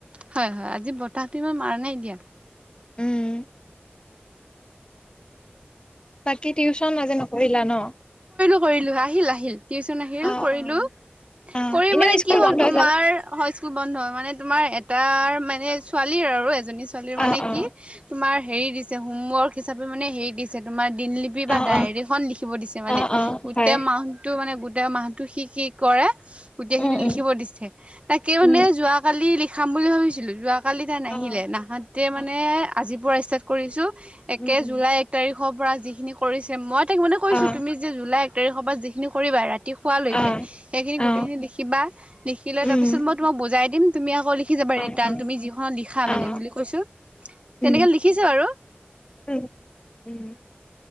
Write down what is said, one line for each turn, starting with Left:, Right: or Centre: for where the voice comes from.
Right: হয় হয়, আজি বতাহটো ইমান মাৰা নাই দিয়া।
Left: উম বাকী টিউশ্যন, আজি নকৰিলা ন?
Right: কৰিলোঁ, আহিল আহিল টিউশ্যন আহিল
Left: অ',
Right: কৰিলোঁ।
Left: অ'।
Right: হি',
Left: অ',
Right: কৰি
Left: এনেও
Right: মানে
Left: স্কুল
Right: কি হ'ল
Left: বন্ধ
Right: তোমাৰ,
Left: যে।
Right: হয় স্কুল বন্ধ মানে তোমাৰ এটাৰ মানে ছোৱালী হয় আৰু এজনী ছোৱালীৰ মানে
Left: অ', অ',
Right: কি তোমাৰ হেৰি দিছে হোমৱৰ্ক হিচাপে মানে হেৰি দিছে দিছে তোমাৰ দিনলিপি বা
Left: অ',
Right: ডায়েৰীখন
Left: অ',
Right: লিখিব দিছে মানে
Left: অ', অ',
Right: গোটেই
Left: হয়,
Right: মাহটো মানে গোটেই মাহ টো', - সি', -সি', কি কৰে গোটেই
Left: উম,
Right: খিনি
Left: উম,
Right: লিখিব দিছে তাকে মানে
Left: উম,
Right: যোৱাকালি লিখাম বুলি ভাবিছি ছিলো যোৱাকালি তাই নাহিলে
Left: অ',
Right: নাহাতে
Left: অ',
Right: মানে আজিৰ পৰা ষ্টাৰ্ট কৰিছোঁ একে
Left: উম, উম,
Right: জুলাই এক তাৰিখৰ পৰা যিখিনি কৰিছে মই তাক মানে কৈছো
Left: অ',
Right: তুমি যে জুলাই এক এই হ'ব যিখিনি কৰিবা ৰাত ৰাতি শুৱা লৈকে,
Left: অ',
Right: ইখিনি গোটেইখিনি
Left: অ',
Right: লিখিবা লিখিলে
Left: উম,
Right: তাৰপিছত মই তোমাক বুজাই দিম তুমি আকৌ লিখ লিখি জাবা
Left: অ',
Right: ৰিটাৰ্ণ
Left: অ',
Right: তুমি যিখনত লিখা মানে
Left: অ',
Right: বুলি কৈছো তেনেকে
Left: উম,
Right: লিখিছে যে আৰু।
Left: উম', - উম',